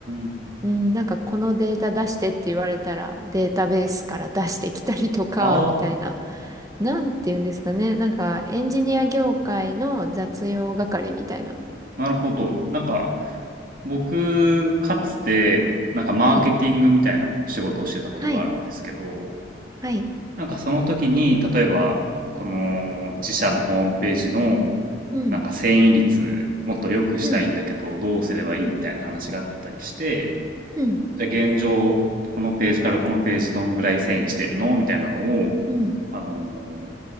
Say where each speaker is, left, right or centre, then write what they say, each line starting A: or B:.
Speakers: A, on the right (about 50°); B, on the right (about 20°).
A: ん。
B: うん、なんかこのデータ出してって言われたらデータベースから出してきたりとか、
A: あ
B: みたいな。なんて言うんですかね。なんかエンジニア業界の雑用係みたいな。
A: あ、なるほど。なんか、僕、かつて、なんかマーケティングみたいな仕事をしてたことがあるんですけど、
B: はい。はい、はい、
A: なんかその時に、例えば、この自社のホームページの、
B: うん、
A: なんか遷移率もっと良くしたいんだけど、
B: うん、
A: どうすればいいみたいな話があったりして、
B: うん、うん、
A: じゃあ現状、このページからこのページどんぐらい遷移してるのみたいなのを、
B: うん、
A: あのー